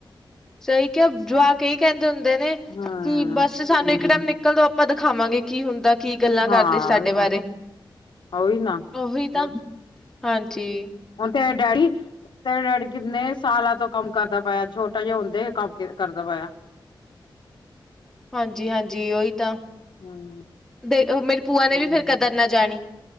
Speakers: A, in the centre; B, on the left.
A: ਸਹੀ ਕਿਹਾ ਜਵਾਕਈ ਕਹਿੰਦੇ ਹੁੰਦੇ ਨੇ
B: ਹੂੰ
A: ਕਿ ਬਸ ਸਾਨੂੰ ਇੱਕ ਟਾਈਮ ਨ ਕਦੋ ਆਪਾਂ ਦਿਖਾਵਾਂਗੇ ਕੀ ਹੁੰਦਾ ਕੀ ਗੱਲਾਂ ਕਰਦੇ
B: ਹਾਂ
A: ਸਾਡੇ
B: ਉਹੀ
A: ਬਾਰੇ
B: ਨਾ ਉਹੀ ਨਾ
A: ਉਹੀ ਤਾਂ ਹਾਂਜੀ
B: ਉਹ ਤੇ ਡੈਡੀ ਤੇਰੇ ਡੈਡੀ ਕਿੰਨੇ ਸਾਲਾਂ ਤੋਂ ਕੰਮ ਕਰਦਾ ਪਾਇਆ ਛੋਟਾ ਜਿਹਾ ਹੁੰਦੇ ਕੰਮ ਕਰਦਾ ਪਾਇਆ
A: <unintelligible> ਹਾਂਜੀ ਹਾਂਜੀ ਉਓਹੀ ਤਾਂ
B: ਹੂੰ
A: ਦੇ ਮੇਰੀ ਪੂਆ ਨੇ ਵੀ ਫਿਰ ਕਦਰ ਨਾ ਜਾਣੀ